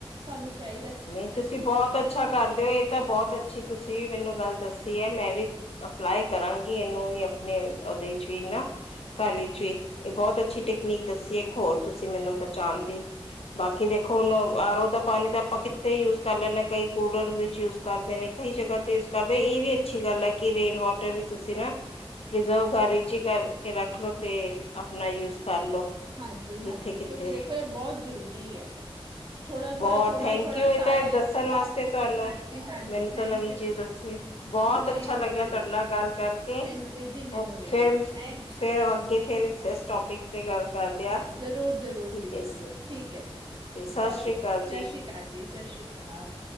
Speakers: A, on the right; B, on the left.
A: ਸਾਨੂੰ ਚਾਹੀ
B: ਨਹੀਂ ਤੁਸੀਂ ਬਹੁਤ ਅੱਛਾ ਕਰਦੇ, ਇਹ ਤਾਂ ਬਹੁਤ ਅੱਛੀ ਤੁਸੀਂ ਵੀ ਮੈਨੂੰ ਗੱਲ ਦੱਸ ਸੀ ਐ ਮੈਂ ਵੀ ਅਪਲਾਈ ਕਰਾਂਗੀ ਇਹਨੂੰ ਵੀ ਆਪਨੇ ਉਹਦੇ ਚ ਵੀ ਨਾ ਘਰ ਵਿੱਚ ਵੀ। ਇਹ ਬਹੁਤ ਅੱਛੀ ਟੈਕਨੀਕ ਦੱਸੀ ਇੱਕ ਹੋਰ ਤੁਸੀਂ ਮੈਨੂੰ ਬਚਾਨ ਦੀ। ਬਾਕੀ ਦੇਖੋ ਹੁਨ ਆਰੋ ਦਾ ਪਾਣੀ ਤਾਂ ਇੱਥੇ ਯੂਜ ਕਰਨਾ, ਮੈਂ ਕਈ ਕੂਲਰ ਵਿੱਚ ਯੂਜ ਕਰਦੇ ਨੇ, ਕਈ ਜਗ੍ਹਾ ਤੇ ਯੂਜ ਕਰਦੇ ਇਹ ਵੀ ਅੱਛੀ ਗੱਲ ਹੈ ਕਿ ਰੇਨ ਵਾਟਰ ਵੀ ਤੁਸੀਂ ਨਾ, ਪ੍ਰੀਜ਼ਰਵ ਘਰ ਵਿੱਚ ਹੀ ਕਰਕੇ ਰੱਖ ਲੋ ਤੇ ਆਪਨਾ ਯੂਜ ਕਰ ਲੋ
A: ਹਾਂਜੀ-ਹਾਂਜੀ
B: ਜਿੱਥੇ ਕਿਤੇ
A: ਕਿਉਂਕਿ ਦੇਖੋ ਇਹ ਬਹੁਤ ਜ਼ਰੂਰੀ ਐ, ਥੋੜਾ-ਥੋੜਾ
B: ਬਹੁਤ
A: ਥੋੜਾ
B: ਥੈਂਕ ਯੂ ਇਹ
A: ਸਾਰੇ
B: ਤਾਂ ਦੱਸਣ ਵਾਸਤੇ ਤੁਹਾਨੂੰ,
A: ਹਾਂਜੀ-ਹਾਂਜੀ
B: ਮੈਨੂੰ
A: ਥੈਂਕ
B: ਤਾਂ ਨਵੀਂ
A: ਯੂ
B: ਚੀਜ਼
A: ਜੀ
B: ਦੱਸੀ, ਬਹੁਤ
A: ਨਹੀਂ-ਨਹੀਂ
B: ਅੱਛਾ ਲੱਗਿਆ
A: ਕੋਈ
B: ਤੁਹਾਡੇ
A: ਨੀ
B: ਨਾਲ ਗੱਲ ਕਰਕੇ,
A: ਮੈਨੂੰ ਵੀ ਜੀ ਮੈਨੂੰ ਵੀ
B: ਫਿਰ
A: ਜੀ ਥੈਂਕ
B: ਫਰ ਅੱਗੇ ਫਿਰ ਇਸ ਟੋਪਿਕ ਤੇ ਗੱਲ ਕਰਦੇ ਆ
A: ਜ਼ਰੂਰ-ਜਰੂਰ
B: ਠੀਕ
A: ਜੀ
B: ਹੈ
A: ਜਰੂਰ, ਠੀਕ ਹੈ ਜੀ,
B: ਸਤਿ
A: ਓਕੇ
B: ਸ੍ਰੀ
A: ਜੀ
B: ਅਕਾਲ
A: ਸਤਿ ਸ਼੍ਰੀ ਅਕਾਲ ਜੀ। ਜੀ ਸਤਿ ਸ੍ਰੀ ਅਕਾਲ।